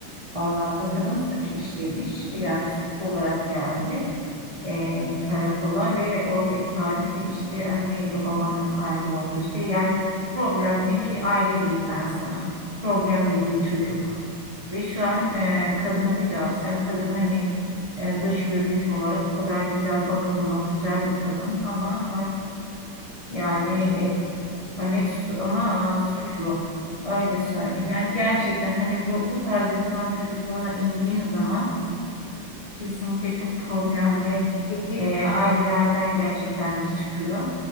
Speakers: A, on the right (about 50°); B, on the left (about 70°).
A: Ondan sonra kadın suç işlemiş. Yani suçlu olarak geldi e,
B: hı. Hı.
A: karakola ve orada ifadede işte anneyle babanın ayrı olduğu. işte yani problemli bir aile diyeyim ben sana. Problemli bir çocuk. Ve şu an e, kadını bir görsen kadın hani e, dış görünüş olarak o kadar güzel bakımlı, güzel bir kadın ama e, yani
B: suça
A: e,
B: meyilli.
A: Evet su- ama e, suçlu. Öyle söyleyeyim.
B: Hı.
A: Yani gerçekten hani bu, bu tarz insanların çocukluğuna indiğin zaman kesinlikle çok problemli
B: Peki
A: e, ailelerden gerçekten de çıkıyor.